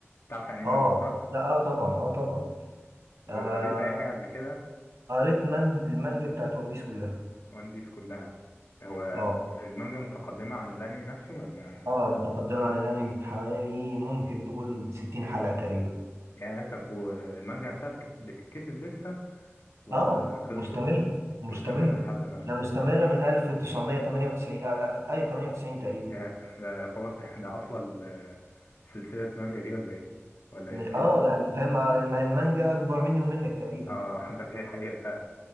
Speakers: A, on the left; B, on the right.
A: تعرف يعني ايه
B: اه
A: مانجا صح
B: لا اه طبعا اه طبعا
A: وقريت
B: انا
A: اي حاجه قبل كده
B: قريت من المانجا بتاعت ون بيس كلها
A: وان بيس كلها هو
B: اه
A: المانجا متقدمه عن الانمي نفسه ولا
B: اه متقدمه عن الانمي بحوالي ممكن تقول 60 حلقه تقريبا
A: يعني طب والمانجا نفسها بتك- بتتكتب لسه ولا
B: اه
A: خلصت
B: مستمر مستمر
A: مستمره لحد دلوقتي
B: ده مستمرة من 1998 آه، آه، ايوه 98 تقريبا
A: يعني ده يعتبر <laughs> ده اطول آه، سلسله مانجا دي ولا ايه ولا
B: مش-
A: في
B: اه يعني فاهم الم- المانجا اكبر مني ومنك تقريبا
A: اه <laughs> ده هي حقيقه فعلا